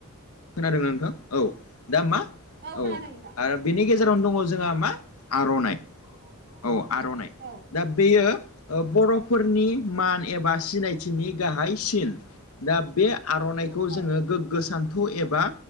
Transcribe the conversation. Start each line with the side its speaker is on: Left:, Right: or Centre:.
Left: खोनादों नोंथां औ दा मा
Right: खोनादों
Left: औ
Right: नोंथां
Left: आरो बेनि गेजेरावनो
Right: औ
Left: दङ जोंहा मा। आर'नाइ औ आर'नाइ दा
Right: औ।
Left: दा बेयो बर'फोरनि
Right: औ
Left: मान ए एबा सिनायथिनि गाहाय सिन दा बे आर'नाइखौ
Right: औ
Left: जोङो गोग्गो सान थौ एबा